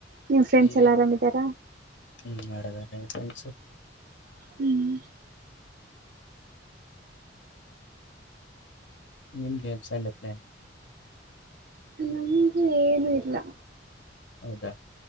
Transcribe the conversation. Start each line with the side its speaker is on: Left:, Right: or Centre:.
Right: ನಿಮ್ಮ್ ಫ್ರೆಂಡ್ಸ್
Left: ಏನ್
Right: ಎಲ್ಲ ಆರಾಮಿದಾರಾ
Left: ಹಿಂಗ್ <unintelligible>
Right: ಹ್ಮ್
Left: ಈಮ ಸ್ಂಡಪ್ನೇ
Right: ಅಂದುೂ ಏನು ಇಲ್ಲ
Left: ಹೌದಾ